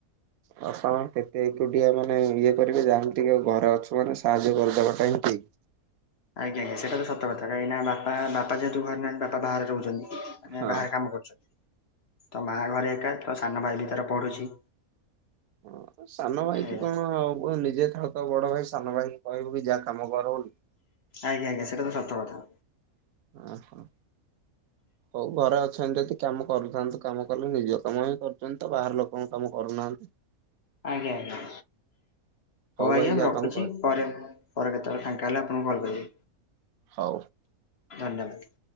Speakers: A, on the right; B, on the left.
A: ବାପା ମା କେତେ ଏକୁଟିଆ ମାନେ ଇଏ କରିବେ ଯାହେଲେ ଟିକେ ଘରେ ଅଛୁ ମାନେ ସାହାଯ୍ୟ କରିଦବାଟା ହିଁ ଠିକ।
B: ଆଜ୍ଞା ଆଜ୍ଞା ସେଟା ତ ସତ କଥା କାହିଁକି ନା ବାପ ବାପା ଯେହେତୁ ଘରେ ନାହାନ୍ତି ବାପା ବାହାରେ ରହୁଛନ୍ତି। ମାନେ
A: ହଁ।
B: ବାହାରେ କାମ କରୁଛନ୍ତି। ତ ମା ଘରେ ଏକା ତ ସାନ ଭାଇ ବି ତାର ପଢୁଛି।
A: ହଁ ସାନ ଭାଇକି
B: ଆଜ୍ଞା।
A: କଣ ଆଉ ନିଜେ ଥା ତ ବଡ ଭାଇ ସାନ ଭାଇଙ୍କୁ କହିବୁକି ଯା କାମ କର ବୋଲି।
B: ଆଜ୍ଞା ଆଜ୍ଞା ସେଟା ତ ସତ କଥା।
A: ଓ ହୋ। ହଉ ଘରେ ଅଛନ୍ତି ଯଦି କାମ କରୁଥାନ୍ତୁ କାମ କଲେ ନିଜ କାମ ହିଁ କରୁଚନ୍ତି ତ ବାହାର ଲୋକଙ୍କ କାମ କରୁନାହାନ୍ତି। <inaudible>
B: ଆଜ୍ଞା ଆଜ୍ଞା। ହଉ ଆଜ୍ଞା
A: ଭାଇ ଯା
B: ମୁଁ ରଖୁଛି
A: କାମ କର
B: ପରେ ପରେ କେତେବେଳେ ଫାଙ୍କା ହେଲେ ଆପଣଙ୍କୁ କଲ୍ କରିବି।
A: ହଉ।
B: ଧନ୍ୟବାଦ୍।